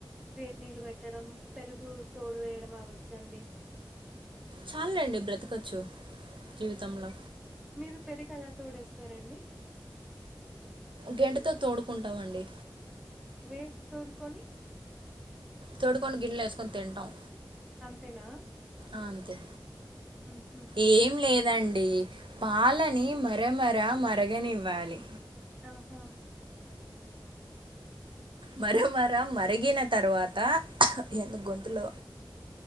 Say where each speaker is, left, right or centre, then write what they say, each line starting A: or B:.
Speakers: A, in the centre; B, on the right (about 75°).
A: వేడి నీళ్ళు పెట్టడం పెరుగు తోడు వేయడం అవచ్చండి.
B: చాలు లెండి బ్రతకచ్చు జీవితంలా.
A: మీరు పెరుగలా తోడేస్తారండి.
B: గెంటతో తోడుకుంటామండి.
A: వే తోడుకొని.
B: తోడుకొడి గిన్నెలేసుకొని తింటాం.
A: అంతేనా.
B: ఆ అంతే
A: ఉహు
B: ఏం లేదండి. పాలని మరమర మరగనివ్వాలి.
A: త హు.
B: మర మర మరిగిన తర్వాత ఎందో గొంతులో.